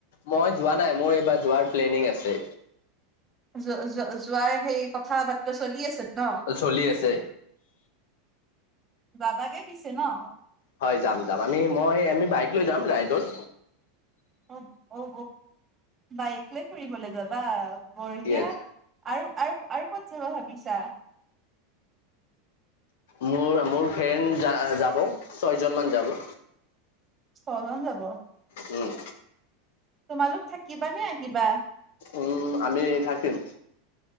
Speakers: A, on the left; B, on the right.
A: মই যোৱা নাই, মোৰ এইবাৰ যোৱাৰ প্লেনিং আছে।
B: জ য যোৱাৰ সেই <unintelligible> কথা বাৰ্তা চলি আছে ন?
A: চলি আছে
B: যাবাগে পিছে ন?
A: হয় যাম যাম। আমি মই আমি বাইক লৈ যাম ৰাইডত।
B: অ অ বাইক লৈ ফুৰিবলৈ যাবা? বঢ়িয়া
A: য়েছ
B: আৰু আৰু আৰু ক'ত যাব ভাবিছা?
A: মোৰ মোৰ ফ্ৰেণ্ড যা যাব, ছয়জনমান যাব।
B: ছজন যাব? <unintelligible>
A: উম।
B: তোমালোক থাকিবা নে আহিবা?
A: উম আমি থাকিম।